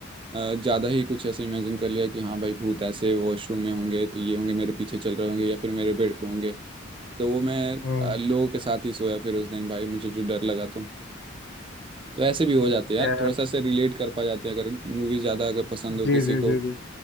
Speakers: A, on the right; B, on the left.
A: अ, ज्यादा ही कुछ ऐसे इमेजिन कर लिया कि हाँ भाई भूत ऐसे वॉशरूम में होंगे तो ये होंगे मेरे पीछे चल रहे होंगे या फिर मेरे बेड पे होंगे तो वो मैं
B: हम्म
A: अ, लोगों के साथ ही सोया फिर उस दिन भाई मुझे जो डर लगा तो तो ऐसे भी हो जाते हैं यार
B: यार
A: थोड़ा सा ऐसे रिलेट कर पा जाते हैं अगर मूवी ज्यादा अगर पसंद हो
B: जी
A: किसी
B: जी
A: को
B: जी जी